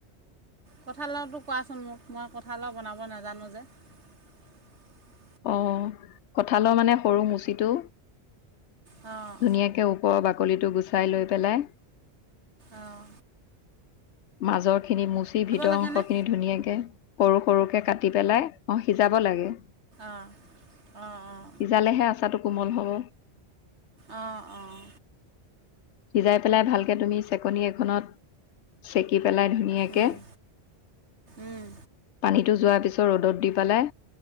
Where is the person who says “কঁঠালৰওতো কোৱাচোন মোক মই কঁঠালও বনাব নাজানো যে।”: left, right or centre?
Right